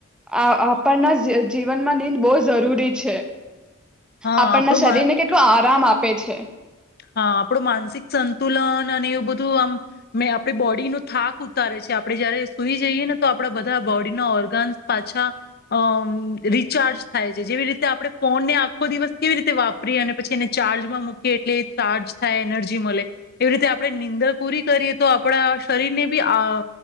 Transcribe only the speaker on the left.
હા
આપણું
હા આપડું માનસિક સંતુલન અને એવું બધું આમ મે આપડી બોડીનો થાક ઉતારે છે આપડણે જયારે સુઈ જઈએ ને તો આપડા બધા બોડીના ઓર્ગન્સ પાછા અ રીચાર્જ થાય છે જેવી રીતે આપણે ફોનને આખો દિવસ કેવી રીતે વાપરીએ અને પછી એને ચાર્જમાં મૂકીએ એટલે ચાર્જ થાય એનર્જી મળે એવી રીતે આપણે નીંદણ પૂરી કરીએ તો આપણા શરીરને બી આ